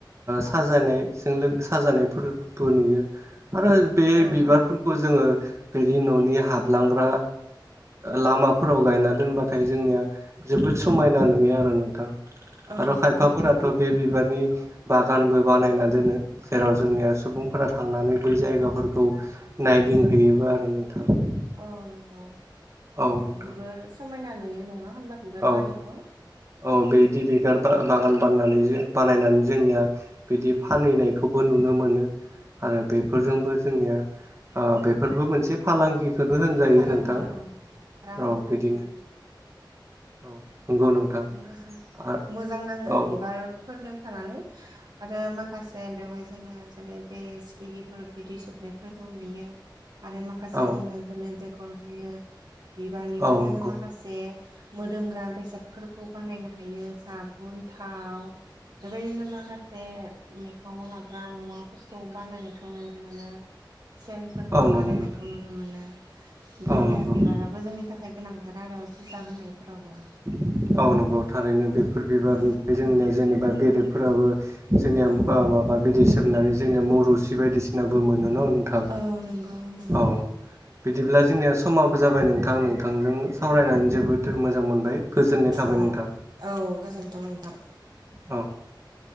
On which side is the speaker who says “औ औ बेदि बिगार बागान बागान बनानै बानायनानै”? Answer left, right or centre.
Right